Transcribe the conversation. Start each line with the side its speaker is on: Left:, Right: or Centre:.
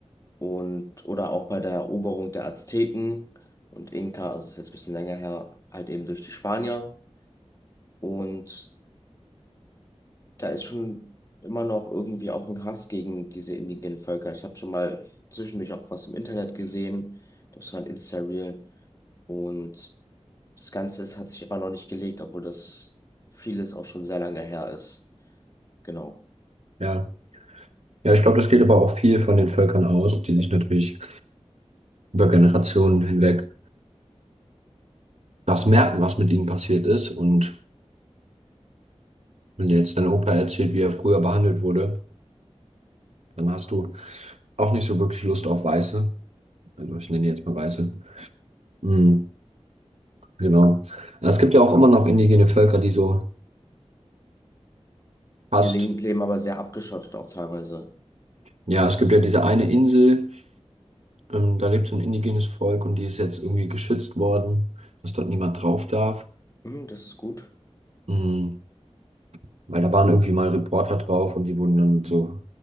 Left: und oder auch bei der Eroberung der Azteken und Inka, also ist jetzt ein bisschen länger her, halt eben durch die Spanier. Und da ist schon immer noch irgendwie auch ein Hass gegen diese indigenen Völker. Ich habe schon mal zwischendurch auch was im Internet gesehen, das war ein Insta-Reel und das Ganze ist, hat sich immer noch nicht gelegt, obwohl das vieles auch schon sehr lange her ist. Genau.
Right: Ja. Ja, ich glaube, das geht aber auch viel von den Völkern aus, die sich natürlich über Generationen hinweg das merken, was mit ihnen passiert ist. Und wenn dir jetzt dein Opa erzählt, wie er früher behandelt wurde, Dann hast du auch nicht so wirklich Lust auf Weiße. Also ich nenne die jetzt mal Weiße. Mhm, genau. Ja, Es gibt ja auch immer noch indigene Völker, die so fast.
Left: Die Linken leben aber sehr abgeschottet auch teilweise.
Right: Ja, es gibt ja diese eine Insel, ähm, da lebt so ein indigenes Volk und die ist jetzt irgendwie geschützt worden, dass dort niemand drauf darf.
Left: Mhm, das ist gut,
Right: Mhm, weil da waren irgendwie mal Reporter drauf und die wurden dann mit so,